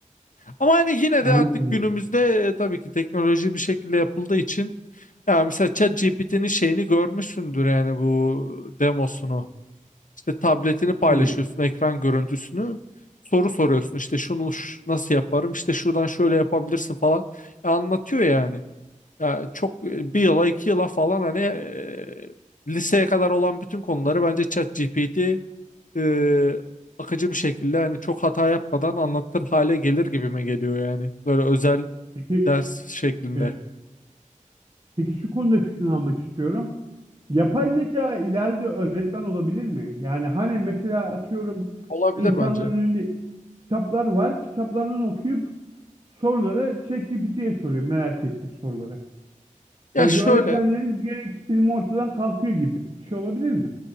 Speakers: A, on the left (about 75°); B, on the right (about 40°).
A: Ama hani yine
B: Anladım.
A: de artık günümüzde e, tabii ki teknoloji bir şekilde yapıldığı için ya mesela ChatGPT'nin şeyini görmüşsündür yani bu demosunu. İşte tabletini paylaşıyorsun
B: Evet.
A: ekran görüntüsünü soru soruyorsun işte şunu ş- nasıl yaparım işte şuradan şöyle yapabilirsin falan E, anlatıyor yani. Ya çok e, bir yıla iki yıla falan hani e, liseye kadar olan bütün konuları bence ChatGPT e, akıcı bir şekilde hani çok hata yapmadan anlatır hale gelir gibime geliyor yani. Böyle özel
B: Peki
A: ders şeklinde.
B: e, peki şu konuda fikrini almak istiyorum. Yapay zeka ileride öğretmen olabilir mi? Yani hani mesela atıyorum
A: Olabilir
B: insanların
A: bence.
B: önünde kitaplar var. Kitaplardan okuyup soruları ChatGPT'ye soruyor merak ettiği soruları.
A: Ya
B: Böylece
A: şöyle
B: öğretmenlerin gereksinimi ortadan kalkıyor gibi. Bir şey olabilir mi?